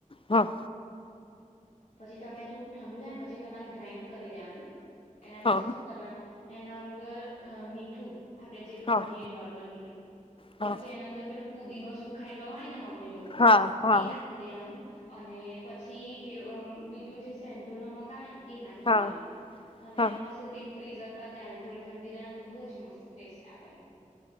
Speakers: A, on the left; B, on the left.
A: હા
B: પછી તમે થોડું ઠંડુ થાય ને પછી તમારે ગ્રાાઈન્ડ કરી દેવાનું એના
A: હા
B: પછી શું કરવાનું. એના અંદર મીઠું આપડે જે ખાઈએ
A: હા
B: નોર્મલ મીઠું
A: હા
B: પછી એના અંદર પેલો પુદીનો સુખાયેલો હોય ને મમ્મી લોકો
A: હા
B: એ
A: હા
B: એ નાખી દેવાનું અને પછી પે. બીજું જે સેંધુ નમક આવે ને. એ નાખી
A: હા
B: દેવાનું અને
A: હા
B: મસલી ફ્રીઝર. થોડી ઠંડી રહે ને તો બહ જ મત ટેસ્ટ. આવે.